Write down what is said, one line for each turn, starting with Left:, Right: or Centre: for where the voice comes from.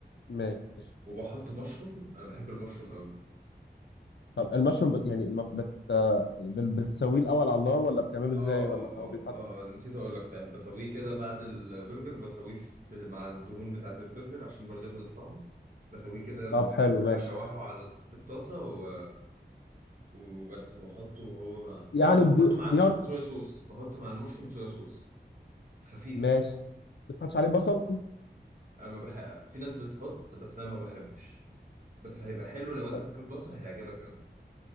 Left: ماشي
Right: وبحط مشروم أنا بحب المشروم قوي
Left: طب المشروم بت... يعني الم- بت... آه، بت- بتسويه الاول على النار ولا بتعمله ازاي
Right: اه اه
Left: ولا هو بيتحط
Right: اه اه آه، نسيت أقول لك صحيح بسويه كده بعد البرجر بسويه في مع الدهون بتاعة البرجر عشان برضه ياخد الطعم بسويه كده
Left: طب حلو ماشي
Right: بشوحه على في الطاسة و... وبس وبحطه هو مع
Left: يعني
Right: اه
Left: بي...
Right: بحط معاه
Left: بيقعد
Right: سو- صويا صوص بحط مع المشروم صويا صوص خفيف
Left: ماشي ما بتحطش عليه بصل
Right: انا ما بحب في ناس بتحط بس انا ما بحبش بس هيبقى حلو لو انت
Left: طب,
Right: بتحب البصل هيعجبك قوي